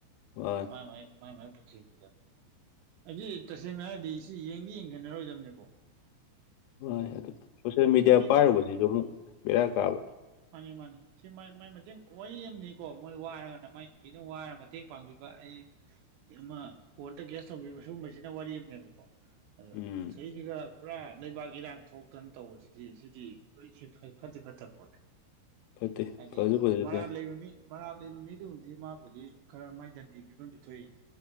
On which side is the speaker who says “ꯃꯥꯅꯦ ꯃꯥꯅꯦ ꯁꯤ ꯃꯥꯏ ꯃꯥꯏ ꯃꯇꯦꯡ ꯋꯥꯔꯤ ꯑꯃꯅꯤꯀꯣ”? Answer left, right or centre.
Right